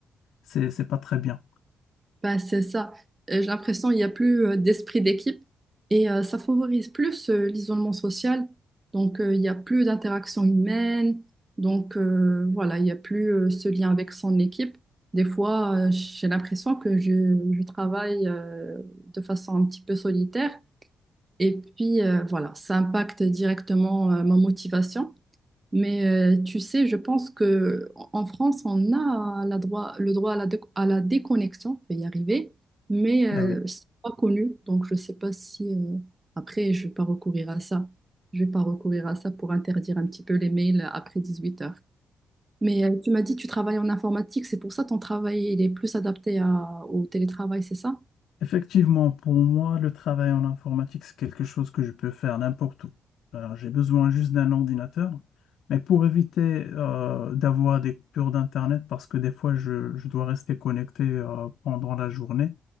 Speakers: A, on the left; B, on the right.
A: c'est, c'est pas très bien.
B: Bah, c'est ça. Euh, J'ai l'impression qu'il n'y a plus euh, d'esprit d'équipe et euh, ça favorise plus euh, l'isolement social. Donc, euh, il n'y a plus d'interaction humaine. Donc, euh, voilà, il n'y a plus euh, ce lien avec son équipe. Des fois, euh, j'ai l'impression que je, je travaille euh, de façon un petit peu solitaire. Et puis, euh, voilà, ça impacte directement euh, ma motivation. Mais euh, tu sais, je pense que en en France, on a la droit, le droit à la, déco- à la déconnexion, je vais y arriver, mais euh,
A: Ah oui.
B: c'est pas connu, donc je sais pas si euh, après je vais pas recourir à ça. Je vais pas recourir à ça pour interdire un petit peu les mails après 18 heures. Mais euh, tu m'as dit que tu travailles en informatique, c'est pour ça ton travail il est plus adapté à- au télétravail, c'est ça?
A: Effectivement, pour moi, le travail en informatique, c'est quelque chose que je peux faire n'importe où. Alors, j'ai besoin juste d'un ordinateur, mais pour éviter euh, d'avoir des coupures d'Internet, parce que des fois, je, je dois rester connecté euh, pendant la journée,